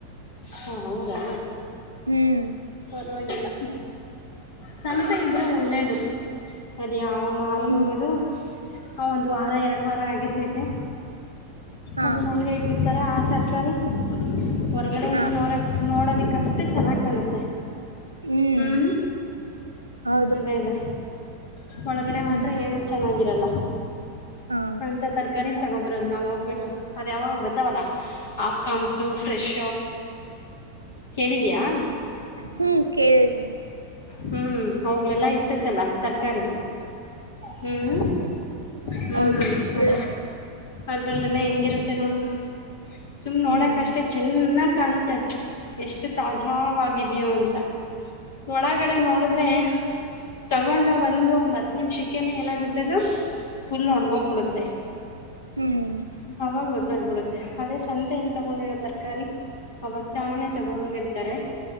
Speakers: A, on the left; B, on the right.
A: ಹಾ ಹೌದಾ
B: ಹ್ಮ್
A: ಲ್ಲ ಸಂಸೆ ಇದ್ರೆ ಒಳ್ಳೇದು ಅದ ಯಾವ <inaudible> ಮಾಲ್ಗೆ
B: ಹ್ಮ್
A: ಹೋಗೋದು ಒಂದು ವಾರ ಎರಡು ವಾರ ಆಗಿರ್ತೈತೆ
B: ಹಾ
A: ಅದನ್ನ ಹಂಗೆ ಇಟ್ಟಿರ್ತಾರೆ ಆ ತರ್ಕಾರಿ ಹೊರ್ಗಡೆಯಿಂದ
B: ಹಾ
A: ನೋಡ ನೋಡೋದಿಕ್ಕ ಎಷ್ಟು ಚೆನ್ನಾಗ್ ಕಾಣುತ್ತೆ
B: ಹ್ಮ್
A: ಹ್ಞೂ
B: ಹೌದು
A: ಅದೇ ಅದೇ ಒಳಗಡೆ ಮಾತ್ರ
B: ಹ್ಮ್
A: ಏನು ಚೆನ್ನಾಗಿರಲ್ಲ
B: ಹಾ
A: ಅಂತ ತರಕ ತಗೋಬರೋದು ನಾವು ಹೋಗ್ಬಿಟ್ಟು ಅದೇ ಯಾಗ ಬತ್ತಾವಲ್ಲ ಆಪ್ ಕಾಮಸು ಫ್ರೆಶ ಕೇಳಿದೀಯಾ
B: ಹ್ಮ್ ಕೇಳೇಳಿ <inaudible>
A: ಹ್ಮ್ ಹೋಗ್ಲೆಲ್ಲಾ ಇತ್ತತಲ್ಲ ತರಕಾರಿ ಹ್ಮ್ ಹ್ಮ್
B: ಹೌದು
A: ಅ
B: ಇರುತ್ತೆ
A: ಅದ್ರಲ್ಲೆನೆ ಹೆಂಗಿರುತ್ತೆ ನೋಡು ಸುಮ್ಮ್
B: ಹ್ಮ್
A: ನೋಡಕಷ್ಟೆ ಚೆನ್ನಾಗ್ ಕಾಣುತ್ತೆ ಎಷ್ಟು ತಾಜಾವಾಗಿದ್ಯೋ ಅಂತ
B: ಹ್ಮ್
A: ಒಳಗಡೆ ನೋಡಿದ್ರೆ ತಗೊಂಡು ಬಂದು ಒಂದ್ ಹತ್ತು ನಿಮಿಷಕ್ಕೆನೆ ಏನಾಗುತ್ತೆ ಅದು ಫುಲ್ ಒಣಗೋಗ್ಬಿಡುತ್ತೆ
B: ಹ್ಮ್
A: ಅವಾಗ ಗೊತ್ತಾಗ್ಬಿಡುತ್ತೆ ಅದೇ ಸಂತೆನ್ ತಗೊಂಡಿರು ತರಕಾರಿ ಅವಾಗ ತಾನೇ ತಗೊಬಂದಿರ್ತಾರೆ